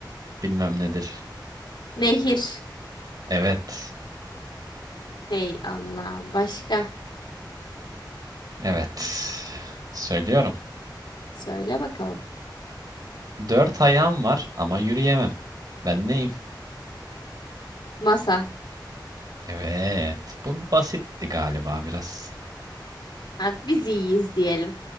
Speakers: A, on the right; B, on the left.
A: bilmem nedir.
B: Nehir.
A: Evet.
B: Hey Allah'ım. Başka?
A: Evet. Söylüyorum.
B: Söyle bakalım.
A: Dört ayağım var ama yürüyemem. Ben neyim?
B: Masa.
A: Evet. Bu basitti galiba biraz.
B: Ha, biz iyiyiz diyelim.